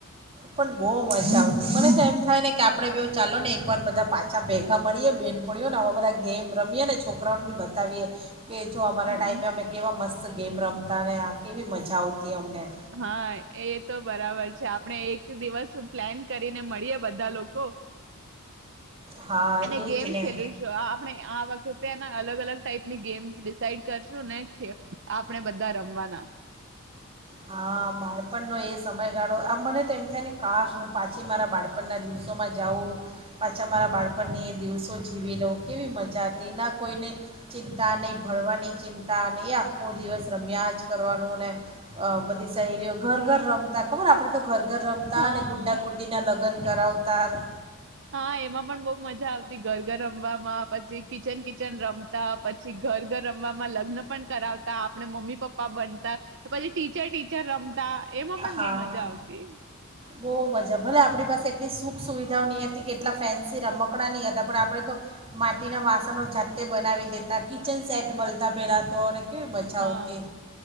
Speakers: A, on the right (about 25°); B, on the right (about 60°).
A: પણ બહુ મજા આવતી મને તો એમ થાય ને કે આપણે બ બેવું ચાલો ને કવાર બધા પાછા અછા ભેગા મળીએ બેન ભણીઓ ને આવા બધા ગેમ રમીએ ને છોકરાઓને બી બતાવીએ... કે જો અમારા
B: હમ
A: ટાઈમે અમે કેવા મસ્ત બસ ગેમ રમતા ને આખી એવી મજા આવતી. અમને
B: હા એ તો બરાબર છે આપણે એક દિવસ પ્લેન કરીને મળીએ બધા લોકો.
A: હા
B: અને
A: એ
B: ગેમ્સ
A: જ ને
B: ખેલું છું આપણે આ વખતેના અલગ અલગ ટાઈપની ગેમ્સ ડિસાઇડ કરશું ને આપણે બધા રમવાના.
A: હા બાળપણનો એ સમયગાળો આ મને તો એમ થાય ને કાશ હું પાછી મારા બાળપણના દિવસોમાં જાઉં પાછા મારા બાળપણની એ દિવસો જીવી લોઉં કેવી મજા હતી ના કોઈની ચિંતા નહીં ભણવાની ચિંતા અનેને એ આખો દિવસ રમ્યા જ કરવાનું ને બધી સહેલીયો ઘર ઘર રમતા ખબર આપણે તો ઘર-ઘર રમતા
B: હા.
A: અને ગુ્ડા ગુડ્ડીનાં લગન કરાવતા તમે
B: હા એમાં પણ બહુ મજા આવતી ઘર રમવામાં પછી કિચન-કિચન રમતા પછી ઘર-ઘર રમવામાં લગ્ન પણ કરાવતા ત આપણે મમ્મી-પાપા બનતા તો પછી ટીચર-ટીચર રમતા એમાં પણ
A: હા
B: બહુ મજા આવતી.
A: બહુ મજા, ભલે આપણી પાસે એટલી સુખ સુવિધાઓની થી કેટલા ફેન્સી રમકડાં નહીં હતા પણ આપણે તો માટીનાં વાસણો જાતે બનાવી દેતા કિચન સેટ મળતા પહેલાં તો અને કેવી મજા
B: હા,
A: આવતી